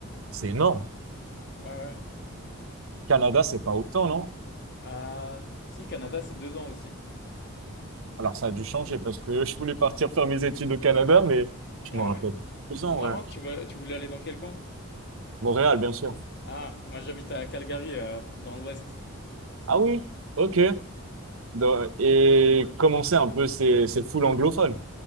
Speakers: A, on the right; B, on the left.
A: c'est énorme.
B: Ouais, ouais.
A: Canada,
B: Et-
A: c'est pas autant, non?
B: ah, si, Canada, c'est deux ans aussi.
A: Alors, ça a dû changer parce que je voulais partir faire mes études au Canada, mais je
B: Ah
A: m'en rappelle.
B: ouais,
A: Deux
B: c'est
A: ans,
B: marrant.
A: ouais.
B: Tu veux, tu voulais aller dans quel coin?
A: Montréal, bien sûr.
B: Ah, moi j'habite à Calgary, euh, dans l'Ouest.
A: Ah oui? Ok. dans- et commencer un peu ces, ces foules anglophones.